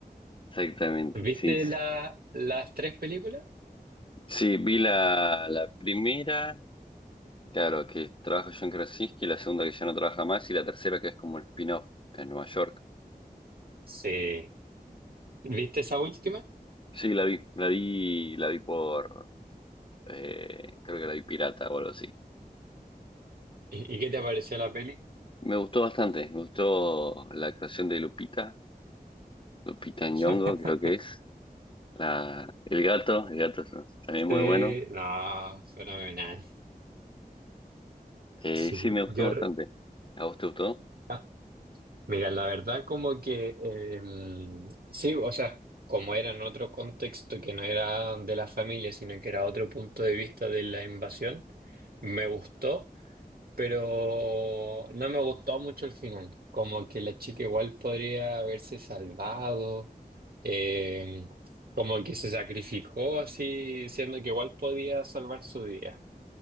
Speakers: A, on the left; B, on the right.
A: Exactamente,
B: <laughs> ¿Viste
A: sí. Sí,
B: la, las tres películas?
A: Sí, vi la, la primera, claro, que trabaja John Krasinski, la segunda que ya no trabaja más, y la tercera que es como un spin-off en Nueva York.
B: Sí. ¿Viste esa última?
A: Sí, la vi, la vi, la vi por, eh, creo que la vi pirata o algo así.
B: ¿Y, y qué te pareció la peli?
A: Me gustó bastante, me gustó la actuación de Lupita, Lupita Nyong'o
B: <laughs>
A: creo que es. La, el gato, el gato es también muy
B: Sí,
A: bueno.
B: no, fenomenal.
A: Eh,
B: Sí,
A: sí, me
B: yo,
A: gustó bastante. ¿A vos te gustó?
B: Ah, Mira, la verdad como que em, sí, o sea, como era en otro contexto que no era de la familia, sino que era otro punto de vista de la invasión, me gustó, pero no me gustó mucho el final. Como que la chica igual podría haberse salvado, em, como que se sacrificó así, siendo que igual podía salvar su día.